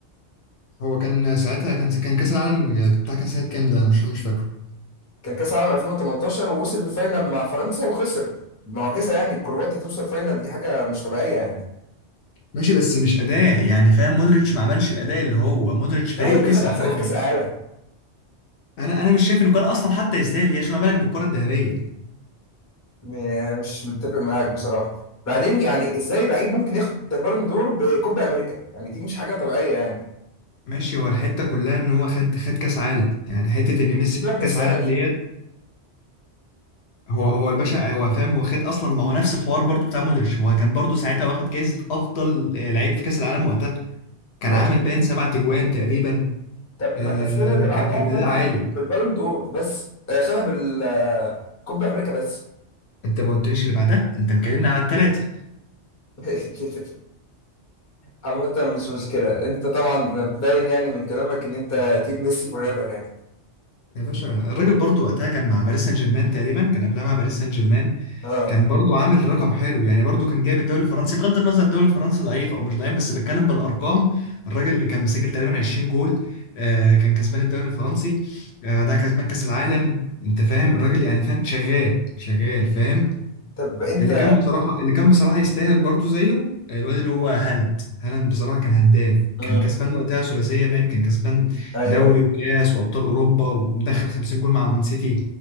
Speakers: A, on the left (about 70°); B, on the left (about 20°).
A: هو كان ساعتها كان كان كاس العالم بتاع كان سنه كام ده انا مش مش فاكره
B: كان كاس عالم 2018 ووصل الفاينل مع فرنسا وخسر معجزه يعني كرواتيا توصل فاينل دي حاجه مش طبيعيه يعني
A: ماشي بس مش اداء يعني فاهم مودريتش ما عملش الاداء اللي هو مودريتش فريقه
B: ازاي ده
A: كسب
B: خد احسن
A: اه
B: لعيب في كاس العالم
A: انا انا مش شايف انه كان اصلا حتى يستاهل يا شو ما بالك بالكره الذهبيه
B: م- مش متفق معاك بصراحة بعدين يعني ازاي لعيب ممكن ياخد بالون دور بكوبا امريكا يعني دي مش حاجة طبيعية يعني
A: ماشي هو الحته كلها ان هو خد خد كاس عالم يعني حته ان ميسي
B: سيبك
A: خد
B: من
A: كاس
B: السنة
A: عالم
B: دي
A: ديت هو هو الباشا هو فاهم هو خد اصلا ما هو نفس الحوار برضو بتاع مودريتش هو كان برضو ساعتها واخد جائزه افضل آه، لعيب في كاس العالم وقتها كان
B: ماشي
A: عامل باين سبع تجوان تقريبا
B: طب
A: آه
B: ما السنة اللي بعدها
A: كان كان
B: خدها
A: اداء عالي
B: بال- بالبالون دور بس آه، خدها بالكوبا امريكا بس
A: انت ما قلتليش اللي بعدها انت مكلمني على الثلاثه
B: <laughs> عامة مش مشكلة انت طبعا باين يعني من كلامك ان انت تيم ميسي فور ايفر يعني
A: يا باشا الراجل برضو وقتها كان مع باريس سان جيرمان تقريبا كان قبلها مع باريس سان جيرمان
B: اه
A: كان برضو عامل رقم حلو يعني برضو كان جايب الدوري الفرنسي بغض النظر الدوري الفرنسي ضعيف او مش ضعيف بس بتكلم بالارقام الراجل اللي كان مسجل تقريبا 20 جول آه كان كسبان الدوري الفرنسي آه ده كسبان كاس العالم انت فاهم الراجل يعني فاهم شغال شغال فاهم
B: طب انت
A: اللي كان بصراحة اللي كان بصراحة يستاهل برضو زيه الواد اللي هو هالاند هالاند بصراحة كان هداف
B: مم.
A: كان كسبان وقتها ثلاثية باين كان كسبان
B: ايوه
A: دوري وكاس وأبطال أوروبا ومدخل 50 جول مع مان سيتي